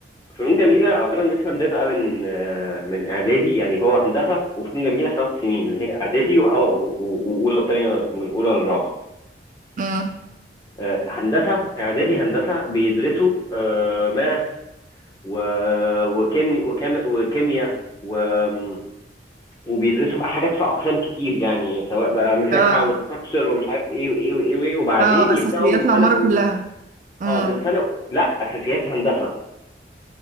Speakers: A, on the left; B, on the right.
A: فنون جميله اولا احنا بنبقى من آه من اعدادي يعني هو هندسه وفنون جميله خمس سنين اللي هي اعدادي وأو- و- و- واولى وثانيه من اولى للرابعه
B: امم
A: آه، هندسه اعدادي هندسه بيدرسوا آه، ماث و- وكيمي وكيم- وكيمياء و- وبيدرسوا بقى حاجات في اقسام كتير يعني سواء بقى مساحه
B: اه
A: وستراكشر ومش عارف ايه وايه وايه وايه وبعدين
B: اه
A: يبداوا
B: اساسيات
A: من
B: العمارة
A: سنه أو...
B: كلها امم
A: اه من سنه أو... لا اساسيات هندسه